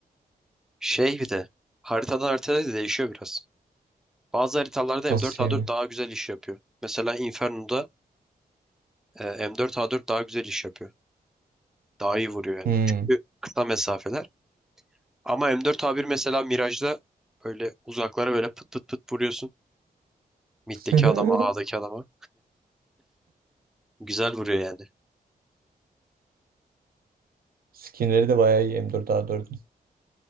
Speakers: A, in the centre; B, on the right (about 70°).
A: Şey bir de haritadan haritaya da değişiyor biraz. Bazı haritalarda
B: Nasıl
A: M4 A4
B: yani?
A: daha güzel iş yapıyor. Mesela Inferno'da e, M4 A4 daha güzel iş yapıyor. Daha iyi vuruyor yani.
B: Hmm.
A: Çünkü kısa mesafeler Ama M4A1 mesela Mirage'da böyle uzaklara böyle pıt pıt pıt vuruyorsun. Mid'deki
B: <laughs>
A: adama, A'daki adama. Güzel vuruyor yani.
B: Skinleri de bayağı iyi M4A4'ün.